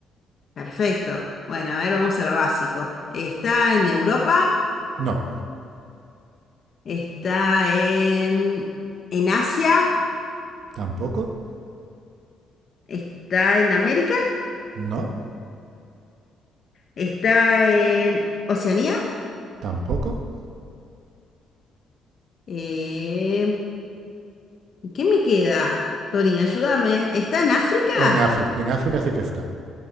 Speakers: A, on the left (about 35°); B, on the right (about 55°).
A: Perfecto. Bueno, a ver, vamos a lo básico. Está en Europa,
B: No,
A: está en, en Asia,
B: tampoco.
A: está en América,
B: No,
A: está en Oceanía.
B: tampoco.
A: Eh, ¿y ¿qué me queda? Tony, ayúdame. ¿Está en África?
B: En África. En África sí que está.